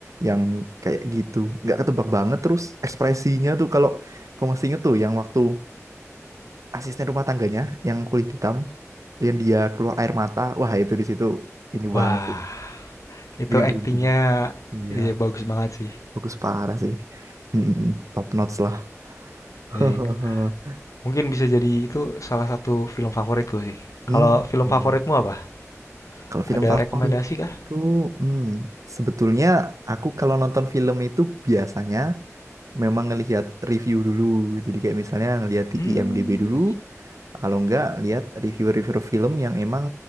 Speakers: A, on the right; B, on the left.
A: yang kayak gitu. Nggak ketebak banget. Terus ekspresinya tuh kalau kamu masih inget tuh yang waktu asisten rumah tangganya yang kulit hitam, yang dia keluar air mata. Wah, itu di situ ini
B: Wah,
A: banget sih.
B: itu
A: Bikin merinding.
B: actingnya
A: Iya,
B: iya bagus banget sih.
A: bagus parah sih. Mm-mm, top notch lah. <laughs>
B: Eh, mungkin bisa jadi itu salah satu film favoritku sih.
A: Hmm.
B: Kalau film
A: iya.
B: favoritmu apa?
A: Kalau film
B: Ada
A: favorit.
B: rekomendasi kah?
A: Itu, hmm, sebetulnya aku kalau nonton film itu biasanya memang ngelihat review dulu. Jadi kayak misalnya ngelihat di
B: Hmm.
A: IMDb dulu, kalau enggak lihat review-review film yang emang